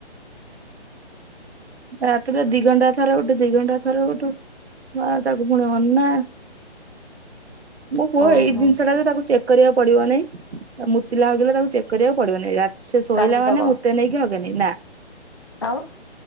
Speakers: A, on the right (about 75°); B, on the left (about 25°).
A: ରାତିରେ ଦିଘଣ୍ଟା ଥରେ ଉଠୁ ଦିଘଣ୍ଟା ଥରେ ଉଠୁ ବା ତାକୁ ପୁଣି ଅନା ମୋ ପୁଅ
B: ଓହୋ
A: ଏଇ ଜିନିଷ ଟା ଯେ ତାକୁ ଚେ କରିବାକୁ ପଡିବ ନାଇଁ ମୁତିଲା ହଗିଲା ତାକୁ ଚେକ୍ କରିବାକୁ ପଡିବ ନାହିଁ ରାତ ଶୋଇଲା
B: କାନ୍ଦିଦବ
A: ମାନେ ସେ ମୁତେ ନେଇ। ହଲେନି ନା
B: ଆଉ